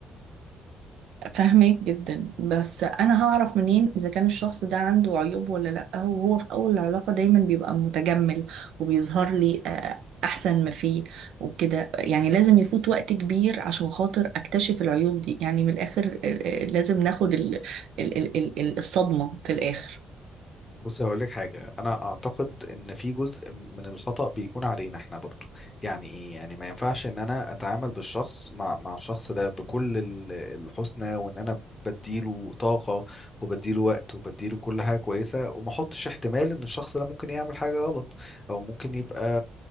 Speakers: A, on the right; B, on the left.
A: فاهمك جدا بس انا هعرف منين اذا كان الشخص ده عنده عيوب ولا لا وهو في اول العلاقة دايما بيبقى متجمل وبيظهر لي آه، احسن ما فيه وكده يعني لازم يفوت وقت كبير عشان خاطر اكتشف العيوب دي يعني من الاخر آه، آه، لازم ناخد ال ال ال ال ال- الصدمة في الاخر
B: بص هقول لك حاجة أنا أعتقد إن في جزء من الخطأ بيكون علينا إحنا برضو يعني إيه يعني ما ينفعش إن أنا أتعامل بالشخص مع مع الشخص ده بكل ال- الحسنى وإن أنا بديله طاقة وبديله وقت وبديله كل حاجة كويسة وما أحطش احتمال إن الشخص ده ممكن يعمل حاجة غلط أو ممكن يبقى